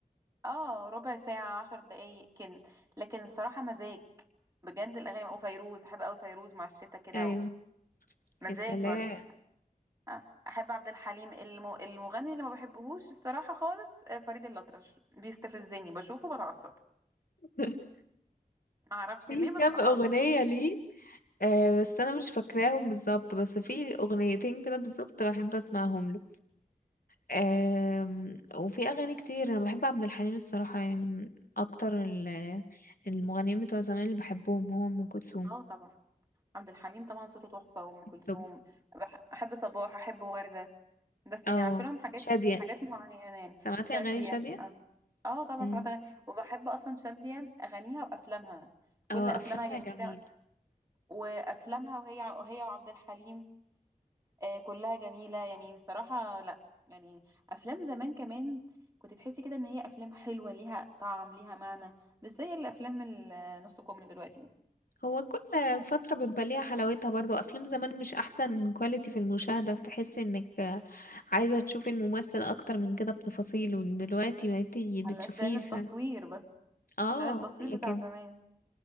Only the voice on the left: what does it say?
أيوه
يا سلام
<laughs>
في
كام
أغنية ليه آه بس أنا مش فاكراهم بالظبط بس في أغنيتين كده بالظبط بحب أسمعهم له آه وفي أغاني كتير أنا بحب عبد الحليم الصراحة يعني من أكتر ال- المغنيين بتوع زمان اللي بحبهم هو أم كلثوم
طب
اه
شادية
سمعتي
أغاني شادية؟
مم.
اه
افلامها
جميل
هو كل فترة بيبقى ليها حلاوتها برضو افلام زمان مش احسن كواليتي في المشاهدة فتحس انك عايزة تشوفي الممثل اكتر من كده بتفاصيله دلوقتي بقيتي بتشوفيه
ف...
اه
لكن